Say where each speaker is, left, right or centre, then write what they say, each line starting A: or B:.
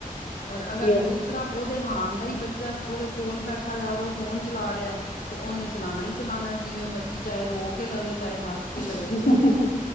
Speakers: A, on the left (about 90°); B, on the left (about 65°).
A: ਔਰ ਅਗਰ
B: ਯੋ
A: ਦੂਸਰਾ ਉਹਦੇ ਹਾਣ ਦਾ ਹੀ ਬੱਚਾ ਉਹਦੇ ਕੋਲ ਬੈਠਾ ਦਾ, ਔਰ ਉਹ ਫੋਨ ਚਲਾ ਰਿਹਾ ਤੇ ਉਹਨੇ ਚਲਾਣਾ ਹੀ ਚਲਾਣਾ। ਜਿਵੇਂ ਮਰਜ਼ੀ ਚਾਹੇ ਰੋ ਕੇ ਲਵੇ, ਚਾਹੇ ਹੱਸ ਕੇ
B: ਹਾ
A: ਲਵੇ
B: ਹਾ ਹਾ ਹਾ